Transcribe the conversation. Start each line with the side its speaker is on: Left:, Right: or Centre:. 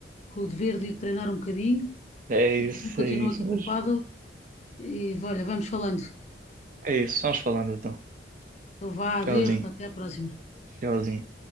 Left: com o dever de ir treinar um bocadinho
Right: É
Left: e
Right: isso,
Left: também continuo
Right: é isso,
Left: aqui com
Right: mas
Left: o paddle. E olha, vamos falando.
Right: é isso, vamos falando então.
Left: Então vá, adeus,
Right: Tchauzinho,
Left: pá, até à próxima.
Right: tchauzinho.